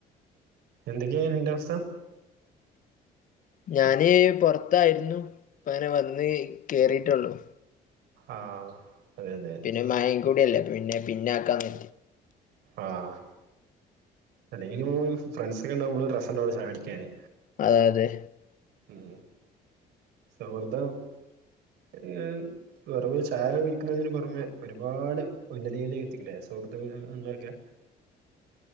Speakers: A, on the right; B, on the left.
A: എന്തൊക്കേയി നിന്റവസ്ഥ
B: ഞാന് പൊറത്തായിരുന്നു ഇപ്പങ്ങനെ വന്ന് കേറിട്ടോള്ളു.
A: ആഹ്. അതെ അതെ
B: പിന്നെ മഴീം കൂട്യല്ലേ അപ്പോപിന്നെ പിന്നൊക്കാന്നെ
A: ആഹ് അല്ലെങ്കിലു ഫ്രണ്ട്സൊക്കെണ്ടാവുമ്പളേ ഒർരെസണ്ടാവൂചായുടിക്കാന്.
B: ആഹ് അതെ.
A: ഉം സൗഹൃദം ഒര് വെറുമൊരു ചായ വെയ്ക്കുന്നതിന് പുറമെ ഒരുപാട് ഉന്നതികലേക്ക് എത്തിക്ക്ലേ സുഹൃത്തുക്കേല്ലെക്കെ.